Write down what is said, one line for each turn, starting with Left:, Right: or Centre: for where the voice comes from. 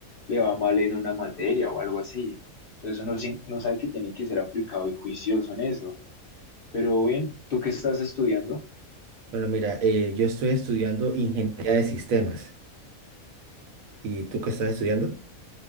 Left: le va mal en una materia o algo así. Entonces, uno, sí- uno sabe que tiene que ser aplicado y juicioso en eso. Pero bien, ¿tú qué estás estudiando?
Right: Bueno, mira, eh, yo estoy estudiando ingeniería de sistemas. ¿Y tú qué estás estudiando?